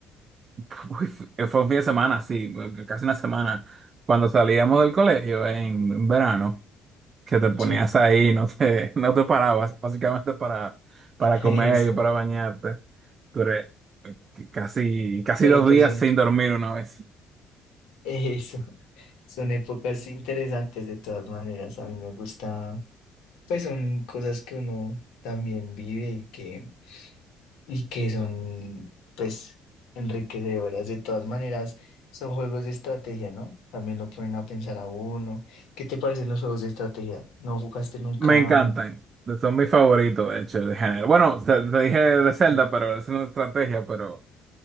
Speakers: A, on the right; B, on the left.
A: Uy, fue fue un fin de semana, sí, casi una semana. Cuando salíamos del colegio en en verano, que te ponías
B: sí,
A: ahí, <laughs> no te, no te parabas, básicamente para, para
B: <laughs>
A: comer
B: eso.
A: y para bañarte. Duré casi, casi
B: Pero
A: dos
B: pues
A: días
B: son
A: sin dormir una vez.
B: eso. Son épocas interesantes de todas maneras. A mí me gusta, pues son cosas que uno también vive y que, y que son, pues, enriquecedoras de todas maneras. Son juegos de estrategia, ¿no? También lo ponen a pensar a uno. ¿Qué te parecen los juegos de estrategia? ¿No jugaste nunca?
A: Me encantan. Son mis favoritos, de hecho, de género. Bueno, te, te dije de Zelda, pero esa es una estrategia, pero